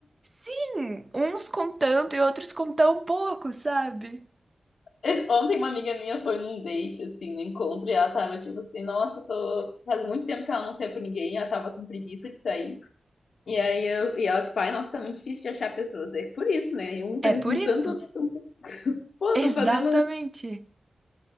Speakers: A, on the right (about 25°); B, on the left (about 85°).
A: Sim, uns com tanto e outros com tão pouco, sabe?
B: Esse- ontem uma amiga minha foi num date, assim, no encontro, e ela tava tipo assim, nossa, tô... faz muito tempo que ela não saiu com ninguém, ela tava com preguiça de sair. E aí eu, e ela, tipo, ai, nossa, tá muito difícil de achar pessoas. É por isso, né? E um tem
A: É por
B: um
A: isso.
B: tanto, outro tem um- pô,
A: Exatamente.
B: tô fazendo.